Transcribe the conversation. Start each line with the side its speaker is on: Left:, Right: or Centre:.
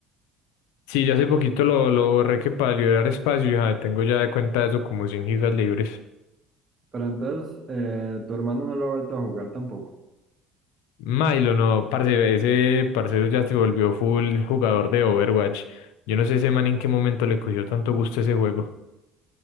Left: Sí, yo hace poquito lo, lo borré que para liberar espacio, ya tengo ya de cuenta eso como 100 gigas libres.
Right: Pero entonces, eh, tu hermano no lo ha vuelto a jugar tampoco.
Left: Milo, no, parce, ese parcero ya se volvió full jugador de Overwatch. Yo no sé ese man en qué momento le cogió tanto gusto a ese juego.